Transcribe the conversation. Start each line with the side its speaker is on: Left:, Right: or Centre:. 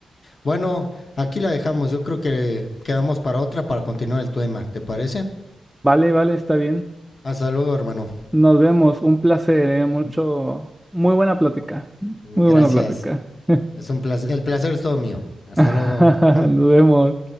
Left: Bueno, aquí la dejamos. Yo creo que quedamos para otra para continuar el tema. ¿Te parece?
Centre: Vale, vale, está bien.
Left: Hasta luego, hermano.
Centre: Nos vemos, un placer, eh, mucho, muy buena plática,
Left: Gracias.
Centre: muy buena plática. <laughs>
Left: Es un placer. El placer es todo mío. Hasta
Centre: Nos
Left: luego. <laughs>
Centre: vemos.